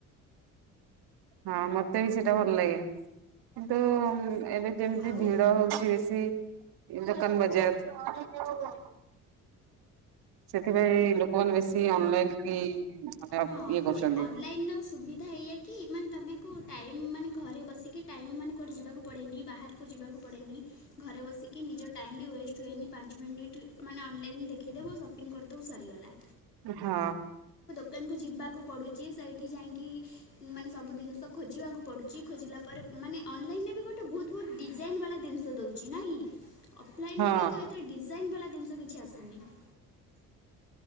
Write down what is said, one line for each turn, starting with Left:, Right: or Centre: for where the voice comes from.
Right: ହଁ ମତେ ବି ସେଇଟା ଭଲ ଲାଗେ କିନ୍ତୁ। ଏବେ ଯେମିତି
Left: ଆଉ
Right: ଭିଡ ହଉଛି ବେଶୀ। ଏ ଦୋକାନ ବଜାର। ସେଥିପାଇଁ ଲୋକମାନେ ବେଶୀ ଅନଲାଇନ କି। ମାନେ
Left: ହଁ
Right: ଇଏ କରୁଛନ୍ତି।
Left: ଅନଲାଇନ ର ସୁବିଧା ଏୟା କି ଏମାନେ ତମକୁ ଟାଇମ ମାନେ। ଘରେ ବସିକି ଟାଇମ୍ ମାନେ କୁଆଠେ ଯିବାକୁ ପଡ଼େନି ବାହାରକୁ ଯିବାକୁ ପଡ଼େନି। ଘରେ ବସିକି ନିଜ ଟାଇମ୍ ବି ୱେଷ୍ଟ ହୁଏନି ପାଞ୍ଚ ମିନିଟ୍ ମାନେ ଅନଲାଇନ୍ ଦେଖାଇଦେବୁ ସପିଙ୍ଗ କରିଦେବୁ। ସରିଗଲା।
Right: ହଁ।
Left: ଏମତି ଯିବାକୁ ପଡ଼ୁଛି ସେଇଠି ଯାଇକି ମାନେ ସବୁ ଜିନିଷ ଖୋଜିବାକୁ ପଡ଼ୁଛି ଖୋଜିଲା ପରେ। ମାନେ ଅନଲାଇନ ରେ ବି ଗୋଟେ ବହୁ ବହୁତ ଡିଜାଇନ ବାଲା ଜିନିଷ। <unintelligible> ଅଫଲାଇନ
Right: ହଁ
Left: ରେ କିନ୍ତୁ ଏତେ ଡିଜାଇନ୍ ବାଲା ଜିନିଷ କିଛି ଆସୁନି। <inaudible>